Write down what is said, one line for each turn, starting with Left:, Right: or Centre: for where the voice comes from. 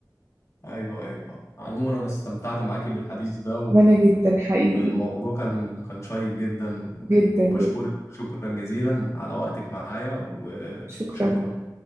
Left: ايوه ايوه عموما انا استمتعت معاكي بالحديث ده و...
Right: وانا جدا حقيقي
Left: والموضوع كان كان شيق جدا و...
Right: جدا
Left: وبشكرك
Right: جدا
Left: شكرا جزيلا على وقتك معايا وشكرا
Right: شكرا